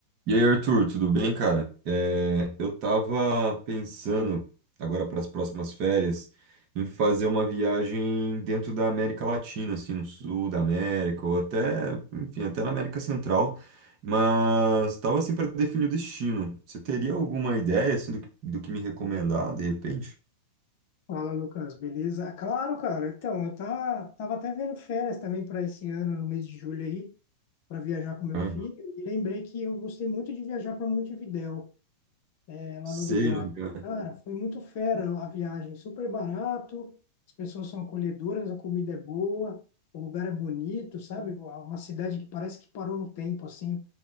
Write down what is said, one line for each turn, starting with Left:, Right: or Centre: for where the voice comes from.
Right: E aí, Arthur, tudo bem, cara? É, eu tava pensando, agora para as próximas férias, em fazer uma viagem dentro da América Latina, assim, no sul da América, ou até, enfim, até na América Central, mas tava assim para definir o destino. Você teria alguma ideia, assim, do que, do que me recomendar, de repente?
Left: Fala, Lucas, beleza? Ah, Claro, cara. Então, eu tá, tava até vendo férias também para esse ano, no mês de julho aí, para viajar com meu
Right: Aham.
Left: filho, e lembrei que eu gostei muito de viajar para Montevidéu é, lá
Right: Sei,
Left: no Uruguai.
Right: no lugar.
Left: Cara, foi muito fera a viagem, super barato, as pessoas são acolhedoras, a comida é boa, o lugar é bonito, sabe? Uma cidade que parece que parou no tempo, assim.